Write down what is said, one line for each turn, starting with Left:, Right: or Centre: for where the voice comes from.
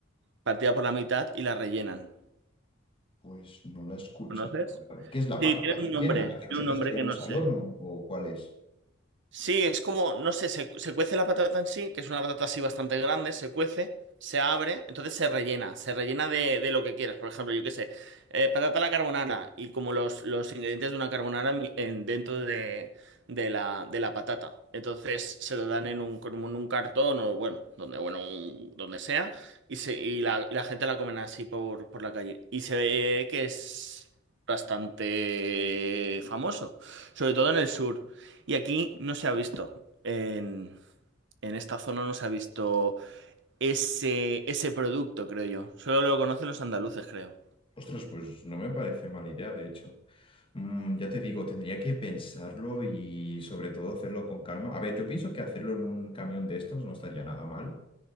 Right: partida por la mitad y la rellenan.
Left: Pues no la he escuchado
Right: ¿Conoces?
Left: hablar. ¿Qué es la
Right: Sí,
Left: patata
Right: tiene un
Left: rellena?
Right: nombre,
Left: ¿La que nosotros
Right: tiene un nombre
Left: haríamos
Right: que no sé.
Left: al horno o cuál es?
Right: Sí, es como, no sé, se, se cuece la patata en sí, que es una patata así bastante grande, se cuece, se abre, entonces se rellena, se rellena de, de lo que quieras. Por ejemplo, yo qué sé, eh, patata a la carbonara y como los, los ingredientes de una carbonara en- en- dentro de, de la, de la patata. Entonces se lo dan en un, como en un cartón o bueno, donde, bueno, un- donde sea, y, se, y, la, y la gente la comen así por, por la calle. Y se ve que es bastante famoso, sobre todo en el sur. Y aquí no se ha visto. En, en esta zona no se ha visto ese, ese producto, creo yo. Solo lo conocen los andaluces, creo.
Left: Ostras, pues no me parece mala idea, de hecho. Mm, ya te digo, tendría que pensarlo y sobre todo hacerlo con calma. A ver, yo pienso que hacerlo en un camión de estos no estaría nada mal.